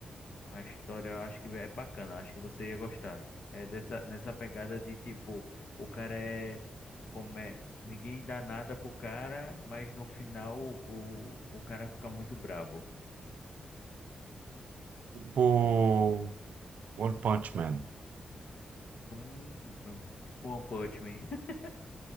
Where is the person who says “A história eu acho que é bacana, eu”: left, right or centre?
Left